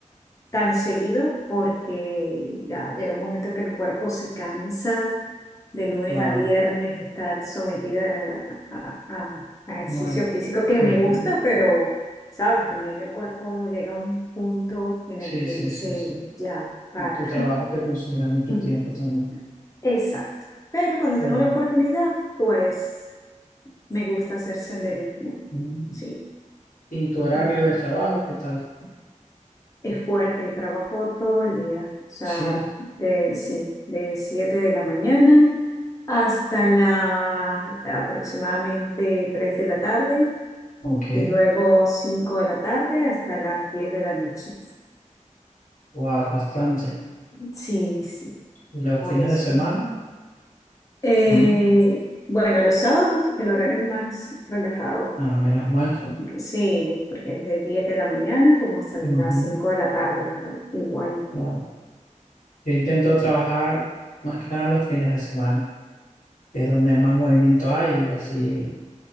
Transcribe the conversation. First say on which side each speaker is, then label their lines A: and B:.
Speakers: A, on the left; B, on the left.
A: tan seguido porque ya llega un momento que el cuerpo se cansa de lunes
B: Claro,
A: a viernes estar sometida a, a- a ejercicio
B: no hay.
A: físico que
B: Ujú.
A: me gusta, pero, sabes, también el cuerpo llega a un punto en
B: Sí,
A: el que
B: sí,
A: dice,
B: sí, sí.
A: ya, para.
B: Tu trabajo te consumirá mucho
A: <laughs>
B: tiempo
A: <clears throat>
B: también.
A: Exacto. Pero cuando
B: Ujú,
A: tengo la oportunidad, pues me gusta hacer senderismo.
B: ujú.
A: Sí.
B: ¿Y tu horario
A: Mm,
B: de trabajo, qué tal?
A: Es fuerte, trabajo todo el día. O sea,
B: Sí,
A: de, sí, de 7 de la mañana hasta la aproximadamente 3 de la tarde
B: ok.
A: y luego 5 de la tarde hasta las 10 de la noche.
B: Wow, bastante.
A: Sí, sí,
B: ¿Y los
A: por
B: fines
A: eso.
B: de semana?
A: Eh,
B: También.
A: bueno, los sábados el horario es más relajado
B: No, menos mal.
A: Sí, porque es de 10 de la mañana como hasta
B: Ujú,
A: las 5 de la tarde, pero igual.
B: Wow. Yo intento trabajar más que nada los fines de semana, que es donde más movimiento hay y así